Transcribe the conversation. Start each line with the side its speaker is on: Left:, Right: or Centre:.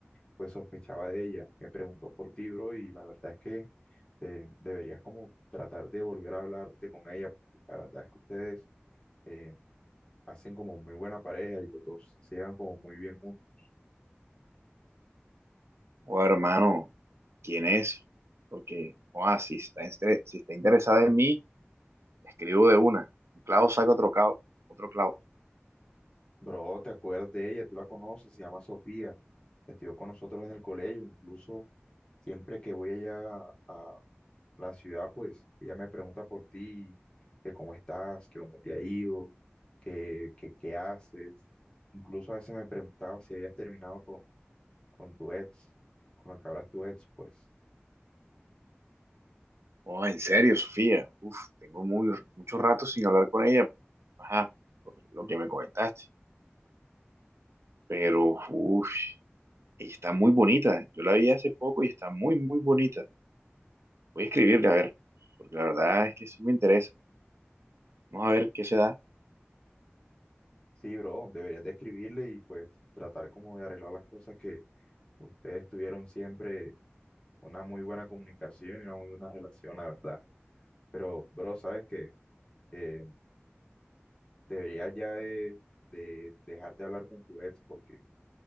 Left: pues sospechaba de ella. Me preguntó por ti, bro, y la verdad es que eh, deberías como tratar de volver a hablarte con ella, porque la verdad es que ustedes eh, hacen como muy buena pareja y los dos se llevan como muy bien juntos.
Right: O hermano, ¿quién es? Porque, o si está, estre- si está interesada en mí, le escribo de una. Un clavo saca otro clavo, otro clavo.
Left: Bro, ¿te acuerdas de ella? Tú la conoces, se llama Sofía, estudió con nosotros en el colegio, incluso siempre que voy allá a, la ciudad, pues ella me pregunta por ti, que cómo estás, que cómo te ha ido, que, que qué haces. Incluso a veces me preguntaba si habías terminado con, con tu ex, con lo que hablas tu ex, pues
Right: Oh, en serio, Sofía. Uf, tengo muy, mucho rato sin hablar con ella. Ajá, por lo que me comentaste. Pero, uf, ella está muy bonita. Yo la vi hace poco y está muy, muy bonita. Voy a escribirle, a ver, porque la verdad es que sí me interesa. Vamos a ver qué se da.
Left: sí, bro, deberías de escribirle y pues tratar como de arreglar las cosas que ustedes tuvieron siempre una muy buena comunicación y una muy buena relación, la verdad. Pero, bro, sabes que eh, deberías ya de, de dejar de hablar con tu ex porque